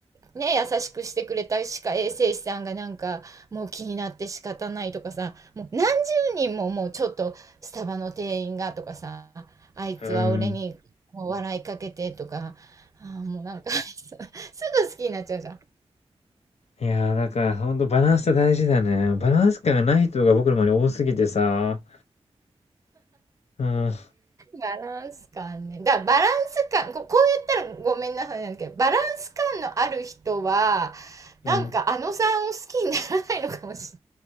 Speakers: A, on the right; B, on the left.
A: ね、優しくしてくれた歯科衛生士さんがなんかもう気になって仕方ないとかさもう何十人ももうちょっとスタバの店員がとかさあいつは俺にもう笑いかけてとかあーもうなんか
B: うん。
A: <laughs> すぐ好きになっちゃうじゃん。
B: いや、だからほんとバランスって大事だね。バランス感がない人が僕の周り多すぎてさ、うん、
A: バランス感ね。だからバランス感こ、こう言ったらごめんなさいなんだけどバランス感のある人は
B: うん。
A: なんかあのさんを好きにならないのかもし